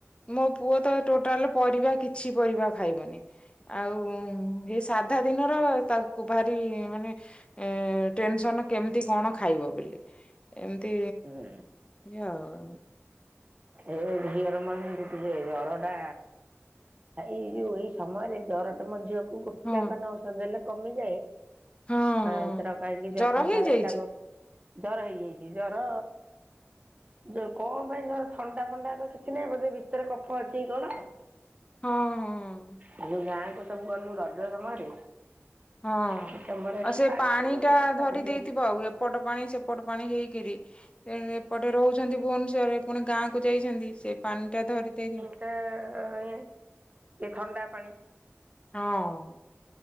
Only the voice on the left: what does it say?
ମୋ ପୁଅ ତ ଟୋଟାଲ ପରିବା କିଛି ପରିବା ଖାଇବନି। ଆଉ ଏଇ ସାଧା ଦିନର ତାକୁ ଭାରି ମାନେ ଏ ଟେନସନ କେମିତି କଣ ଖାଇବ ବୋଲି। ଏମତି
ଇ ଆଉ।
ହଁ
ହଁ
ଜର
ହେଇଯାଇଛି
ହଁ ହଁ
ହଁ
ଆଉ ସେ
ପାଣିଟା
ଧରି ଦେଇେଇଥିବ ଆଉ ଏପଟ ପାଣି ସେପଟ ପାଣି ହେଇକିରି ଏପଟେ ରହୁଛନ୍ତି ଭୁବନେଶ୍ଵରରେ ପୁଣି ଗାଁକୁ ଯାଇଛନ୍ତି ସେ ପାଣି ଟା ଧରି ଦେଇଛି।
ହଁ।